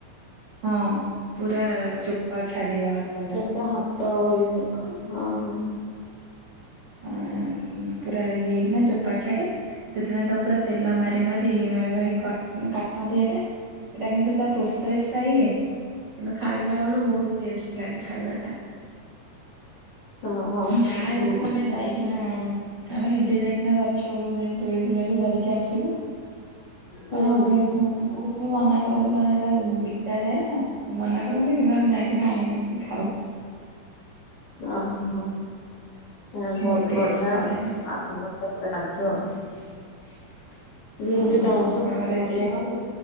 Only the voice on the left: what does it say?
ତ ହାତ ଇଏ ହଁ ହଁ।
ହଁ ହଁ।
ହୁଁ
ଓହୋ ହ ବହୁତୁ
ବଢିଆ
ଆପଣ ସେପଟେ ରାଜୁ ଆଉ।
ମୁଁ
ବି ତମର
ସେପଟୁ
ନଡିଆ ହଉନି